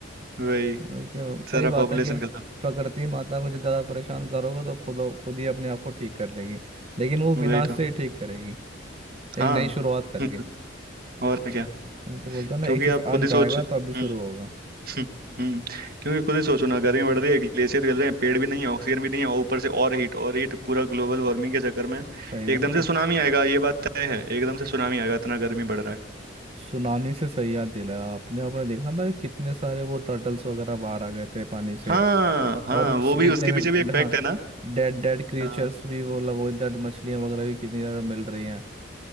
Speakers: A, on the right; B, on the right.
A: वही
B: और क्यों सही
A: सारा
B: बात
A: पॉपुलेशन
B: है कि
A: खत्म
B: प्रकृति माता को जब ज्यादा परेशान करोगे तो खुद खुद ही अपने आप को ठीक कर लेगी लेकिन वो विनाश
A: वही तो
B: से ही ठीक करेगी
A: हाँ
B: एक नई शुरुआत करके
A: <laughs> और क्या
B: मैं तो बोलता ना
A: क्योंकि
B: एक चीज
A: आप
B: अंत
A: खुद ही सोच
B: आएगा
A: हम्म,
B: तो अभी शुरू होगा
A: हम्म, हम्म। क्योंकि खुद ही सोचो ना गर्मी बढ़ रही है ग्लेशियर गल रहे हैं पेड़ भी नहीं है ऑक्सीजन भी नहीं है और ऊपर से और हीट और हीट पूरा ग्लोबल वार्मिंग के चक्कर में
B: सही
A: एकदम
B: बात
A: से
B: है
A: सुनामी आएगा ये बात तय है एकदम से सुनामी आएगा इतना गर्मी बढ़ रहा है
B: सुनामी से सही याद दिलाया आपने आपने देखा था कि कितने सारे वो टर्टल्स वगैरह बाहर आ गए थे पानी से
A: हाँ हाँ
B: और किस-
A: वो भी
B: कितने
A: उसके
B: भी
A: पीछे
B: ड-
A: भी एक फैक्ट
B: हाँ
A: है ना
B: डेड डेड क्रिएचर्स
A: हाँ
B: भी वो मतलब वो डेड मछलियां वगैरह भी कितनी ज्यादा मिल रही हैं